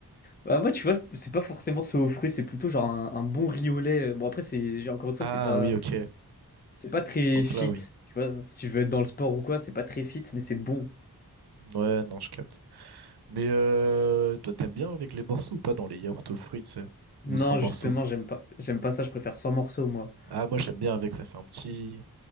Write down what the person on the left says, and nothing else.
bah, moi, tu vois, c'est pas forcément ce aux fruits, c'est plutôt genre un, un bon riz au lait. Bon, après, c'est, j'ai- encore une fois,
c'est pas,
c'est pas très
fit.
Tu vois, si je veux être dans le sport ou quoi, c'est pas très fit, mais c'est bon.
Non,
justement, j'aime pas, j'aime pas ça, je préfère sans morceaux, moi.